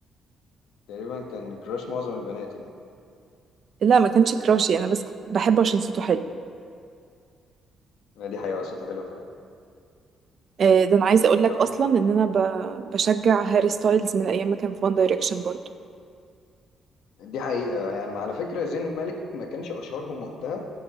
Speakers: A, on the left (about 90°); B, on the right (about 55°).
A: تقريبا كان كراش معظم البنات يعني
B: لا ما كانش كراشي انا بس كنت بحبه عشان صوته حلو
A: ما دي حقيقه صوته حلو فعلا
B: آه، ده انا عايزه اقول لك
A: طب
B: اصلا
A: إنت-
B: ان انا ب... بشجع هاري ستايلز من ايام ما كان في وان دايركشن برضو
A: دي حقيقه يعني على فكره زين مالك ما كانش اشهرهم وقتها